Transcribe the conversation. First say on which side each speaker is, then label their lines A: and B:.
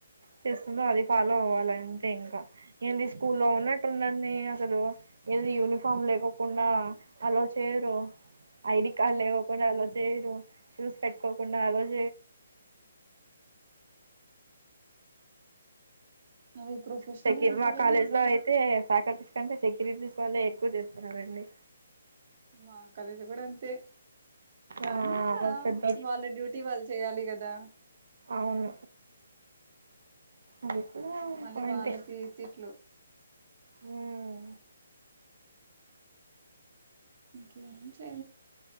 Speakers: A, on the right; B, on the right.
A: చేస్తుందో అది ఫాలో అవ్వాల అంతే ఇంకా నం తీసుకు స్కూ లో ఉన్నట్టుందడి అసలు ఏద యూనిఫార్మ్ లేకోకుండా అలో చేయరు ఐడి కార్డ్ లేకోకుండా అలో చేయరు షూస్ పెట్టుకోకుండా ఆ రోజు
B: అవి ప్రొఫెషనల్
A: సక
B: అంటారు
A: మా కాలేజ్ లో అయితే ఫ్యాకల్టీ ఎందుకంటే సెక్యూరిటీస్ వాళ్ళ ఎక్కువ చేస్తున్నారంండి
B: మా కలిసి కూడా అంతే కానీ
A: ఆ
B: ఇంకా
A: పెద్ద
B: వాళ్ళ డ్యూటీ వాళ్ళు చేయాలి కదా అదా
A: అవును అది కూడా
B: మళ్ళీ
A: పాయింటే
B: వాళ్ళకి తిట్లు
A: మ్మ్
B: ఇకే